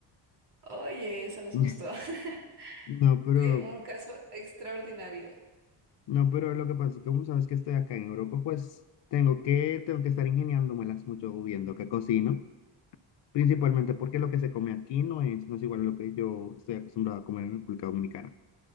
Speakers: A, on the right; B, on the left.
A: Oye, eso nos
B: <laughs>
A: gustó. <laughs>
B: No, pero,
A: Fue Un caso extraordinario.
B: no, pero lo que pasa es que como sabes que estoy acá en Europa, pues tengo que, tengo que estar ingeniándomelas mucho viendo qué cocino. Principalmente porque lo que se come aquí no es, no es igual a lo que yo estoy acostumbrado a comer en República Dominicana.